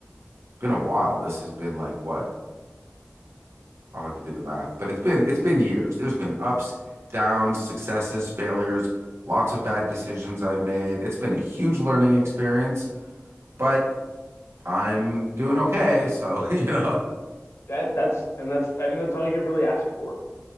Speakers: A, on the right; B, on the left.
A: been a while. This has been like what I'll have to do the math, but it's been it's been years. There's been ups, downs, successes, failures, lots of bad decisions I've made. It's been a huge learning experience, but I'm doing okay. So, <laughs> you know,
B: That that's and that's I think that's all you can really ask for.